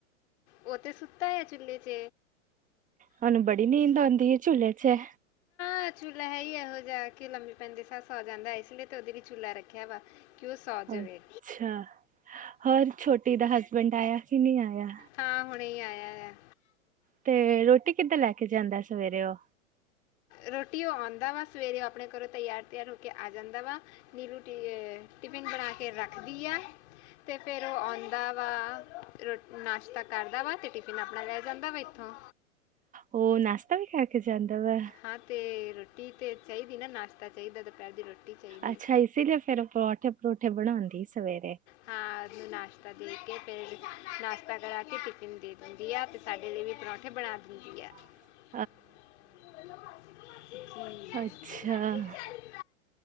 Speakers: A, on the left (about 55°); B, on the right (about 20°).
A: ਓ ਤੇ ਸੁੱਤਾ ਏ ਝੂਲੇ 'ਚ।
B: ਸਾਨੂੰ ਬੜੀ ਨੀਂਦ ਆਂਦੀ ਏ ਝੂਲੇ ਚ'
A: ਹਾਂ, ਝੂਲਾ ਹੈ ਈ ਏਹੋ ਜੇਹਾ ਕੀ ਲੰਬੇ ਪੈੰਦੇ ਸਾਰ ਸੌ ਜਾਂਦਾ, ਏਸ ਲਈ ਤੇ ਓਦੇ ਲਈ ਝੂਲਾ ਰੱਖੇਆ ਵਾ ਕਿ ਓ ਸੌ ਜਵੇ।
B: ਅੱਛਾ ਹੋਰ, ਛੋਟੀ ਦਾ ਹਸਬੈਂਡ ਆਏਆ ਕਿ ਨਈ ਆਏਆ?
A: ਹਾਂ, ਹੁਣੇ ਹੀ ਆਏਆ ਆ।
B: ਤੇ, ਰੋਟੀ ਕਿੱਧਰ ਲੈ ਕੇ ਜਾਂਦਾ ਸਵੇਰੇ ਓ?
A: ਰੋਟੀ ਓ ਆਉੰਦਾ ਵਾ, ਸਵੇਰੇ ਓ ਆਪਣੇ ਘਰੋਂ ਤਿਆਰ- ਤਿਆਰ ਹੋ ਕੇ ਆ ਜਾਂਦਾ ਵਾ। ਨੀਲੂ ਅ ਟਿਫਿਨ ਬਣਾ ਕੇ ਰੱਖਦੀ ਆ। ਤੇ' ਫੇਰ ਓ ਆਉਂਦਾ ਵਾ ਰੋ, ਨਾਸ਼ਤਾ ਕਰਦਾ ਵਾ, ਤੇ ਟਿਫਿਨ ਆਪਣਾ ਲੈ ਜਾਂਦਾ ਵਾ ਇੱਥੋਂ
B: ਓ ਨਾਸ਼ਤਾ ਵੀ, ਖਾ ਕੇ ਜਾਂਦਾ ਵਾ।
A: ਹਾਂ, ਤੇ ਰੋਟੀ ਤੇ ਚਾਈਦੀ ਨਾ, ਨਾਸ਼ਤਾ ਚਾਈਦਾ ਦੁਪੈਰ ਦੀ ਰੋਟੀ ਚਾਹੀਦੀ
B: ਅੱਛਾ ਇਸੇ ਲਈ ਫੇਰ ਓ ਪਰੌਂਠੇ, ਪਰੂੰਠੇ ਬਣਾਂਦੀ ਸਵੇਰੇ
A: ਹਾਂ, ਉਨੂੰ ਨਾਸ਼ਤਾ ਦੇ ਕੇ, ਫੇਰ ਨਾਸ਼ਤਾ ਕਰਾ ਕੇ, ਟਿਫਿਨ ਦੇ ਦਿੰਦੀ ਆ ਸਾਡੇ ਲਈ ਵੀ, ਪਰੌਂਠੇ ਬਣਾ ਦਿੰਦੀ ਐ।
B: <inaudible>
A: <unintelligible>
B: ਅੱਛਾ